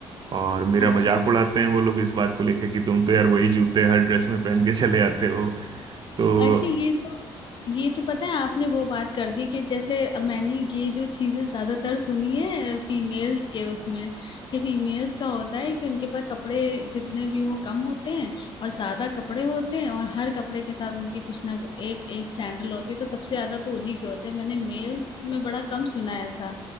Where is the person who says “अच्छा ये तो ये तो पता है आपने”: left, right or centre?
Left